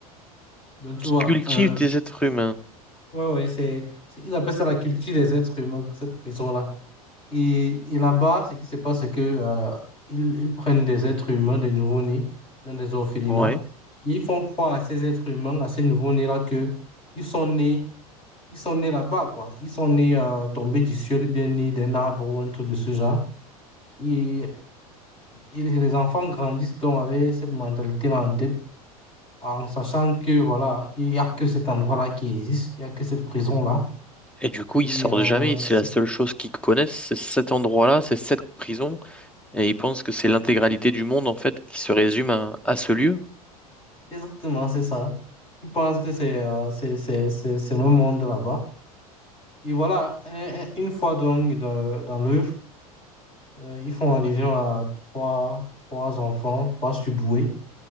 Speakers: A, on the left (about 30°); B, in the centre.
A: Donc tu
B: Qui
A: vois,
B: cultive
A: euh,
B: des êtres humains.
A: ouais, ouais, c'est, c'est- ils appellent ça la culture des êtres humains, cette prison-là. Et, et là-bas, ce qui se passe, c'est que, euh, ils, ils prennent des êtres humains, des nouveau-nés, dans des orphelinats.
B: Ouais.
A: Ils font croire à ces êtres humains, à ces nouveau-nés-là, que ils sont nés Ils sont nés là-bas, quoi. Ils sont nés euh, tombés du ciel, ou bien nés d'un arbre ou un truc de ce genre. Et, et les enfants grandissent donc avec cette mentalité-là en tête, en sachant que, voilà, il n'y a que cet endroit-là qui existe, il n'y a que cette prison-là.
B: Et du coup,
A: Et
B: ils sortent
A: euh,
B: jamais. C'est
A: c'est-
B: la seule chose qu'ils connaissent, c'est cet endroit-là, c'est cette prison. Et ils pensent que c'est l'intégralité du monde, en fait, qui se résume à, à ce lieu.
A: exactement, c'est ça. Ils pensent que c'est euh, c'est, c'est, c'est, c'est le monde là-bas. Et voilà, un- un- une fois donc de- dans l'œuvre, euh, ils font allusion à trois, trois enfants, trois surdoués